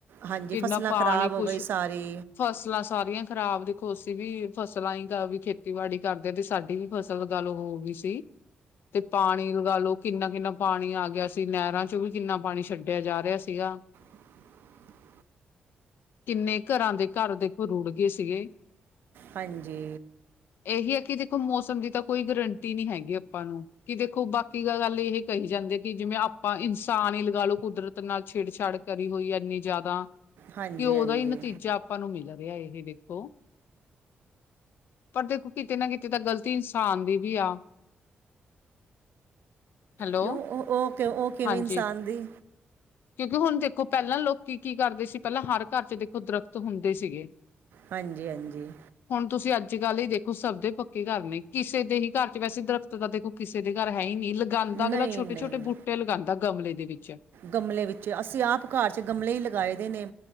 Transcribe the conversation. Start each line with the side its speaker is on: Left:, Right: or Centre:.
Right: ਹਾਂਜੀ
Left: ਕਿੰਨਾ
Right: ਫਸਲਾਂ
Left: ਪਾਣੀ
Right: ਖ਼ਰਾਬ
Left: ਕੁਛ
Right: ਹੋ ਗਈ ਸਾਰੀ।
Left: ਫਸਲਾਂ ਸਾਰੀਆਂ ਖ਼ਰਾਬ ਦੇਖੋ ਅਸੀਂ ਵੀ ਫਸਲਾਂ ਹੀ ਗਾ ਵੀ ਖੇਤੀਬਾੜੀ ਕਰਦੇ, ਤੇ ਸਾਡੀ ਵੀ ਫਸਲ ਗੱਲ ਹੋ ਵੀ ਸੀ। ਤੇ ਪਾਣੀ ਲਗਾ ਲੋ ਕਿੰਨਾ-ਕਿੰਨਾ ਪਾਣੀ ਆ ਗਿਆ ਸੀ ਨੈਹਰਾਂ ਚੋ ਵੀ ਕਿੰਨਾ ਪਾਣੀ ਛੱਡਿਆ ਜਾ ਰਿਹਾ ਸੀਗਾ।
Right: <inaudible>
Left: ਕਿੰਨੇ ਘਰਾਂ ਦੇ ਘਰ ਦੇਖੋ ਰੁੜ ਗਏ ਸੀਗੇ।
Right: ਹਾਂਜੀ।
Left: ਏਹੀ ਹੈ ਕਿ ਦੇਖੋ ਮੌਸਮ ਦੀ ਤਾਂ ਕੋਈ ਗਰੰਟੀ ਨੀ ਹੈਗੀ ਅਪਾਂ ਨੂੰ। ਕਿ ਦੇਖੋ ਬਾਕੀ ਗੱਲ ਏਹ ਕਹੀ ਜਾਂਦੇ ਕਿ ਜਿਵੇਂ ਆਪਾਂ ਇਨਸਾਨ ਈ ਲਗਾ ਲੋ ਕੁਦਰਤ ਨਾਲ ਛੇੜ ਛਾੜ ਕਰੀ ਹੋਈ ਐ ਐਨੀ ਜਯਾਦਾ
Right: ਹਾਂਜੀ
Left: ਕਿ ਔਦਾ
Right: ਹਾਂਜੀ
Left: ਹੀ ਨਤੀਜਾ ਆਪਾਂ ਨੂੰ ਮਿਲ ਰਿਆ ਏਹ ਦੇ ਖੋ, ਪਰ ਦੇਖੋ ਕਿਤੇ ਨਾ ਕਿਤੇ ਤਾਂ ਗ਼ਲਤੀ ਇਨਸਾਨ ਦੀ ਵੀ ਆ। ਹੈਲੋ
Right: ਕਿਉਂ, ਓਹ ਓ ਕ ਓ ਕਿਵੇਂ
Left: ਹਾਂਜੀ
Right: ਇਨਸਾਨ ਦੀ?
Left: ਕਿਉਂਕਿ ਹੁਣ ਦੇਖੋ ਪਹਿਲਾਂ ਲੋਕੀ ਕੀ ਕਰਦੇ ਸੀ ਪਹਿਲਾਂ ਹਰ ਘਰ ਚ ਦੇਖੋ ਦਰਖ਼ਤ ਹੁੰਦੇ ਸੀਗੇ
Right: ਹਾਂਜੀ ਹਾਂਜੀ
Left: ਹੁਣ ਤੁਸੀਂ ਅੱਜ ਕੱਲ੍ਹ ਹੀ ਦੇਖੋ ਸਭਦੇ ਪੱਕੇ ਘਰ ਨੇ ਕਿਸੇ ਦੇ ਹੀ ਘਰ ਚ ਵੈਸੇ ਦਰਖਤ ਦਾ ਦੇਖੋ ਕਿਸੇ ਦੇ ਘਰ ਹੈ ਹੀ ਨਹੀਂ ਲੱ ਹੁਣ ਤਾ
Right: ਨਹੀਂ
Left: ਅਗਲਾ ਛੋਟੇ
Right: ਨਹੀਂ
Left: ਛੋਟੇ ਬੂਟੇ ਲਗਾਉਂਦਾ ਗਮਲੇ ਦੇ ਵਿੱਚ
Right: ਗਮਲੇ ਵਿੱਚ ਅਸੀਂ ਆਪ ਘਾਰ ਚ ਗਮਲੇ ਹੀ ਲਗਾਏ ਦੇ ਨੇ